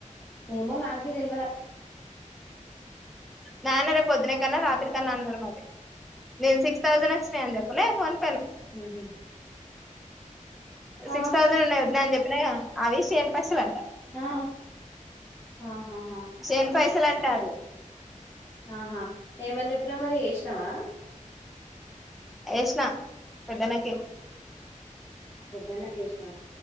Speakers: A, on the left; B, in the centre.
A: ఏమో నక్ బి తేల్వ
B: నానే రే పొద్దున కన్నా రాత్రి కన్నా అన్నాడు మరి నేను సిక్స్ థౌసండ్ వచ్చినాయి అని చెప్పలే ఫోన్
A: ఉహు
B: సిస్టోజ్ఞాన్
A: ఆ
B: అవిష్ శన్ పసలు అంట
A: ఆ ఆహా
B: చేను పైసలు అంట అది
A: ఆహా ఏమని చెప్ అబ్ర మరి వేసినావా
B: యష్నా పెద్దనక
A: పెద్దన్న కేష్ణ